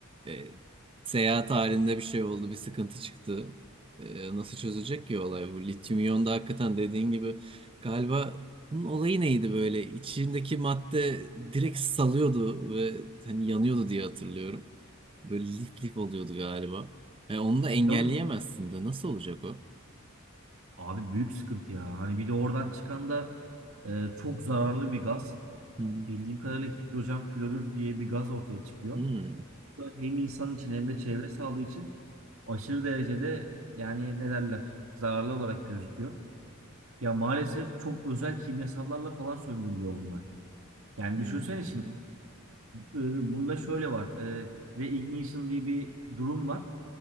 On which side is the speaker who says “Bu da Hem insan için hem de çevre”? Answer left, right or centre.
Right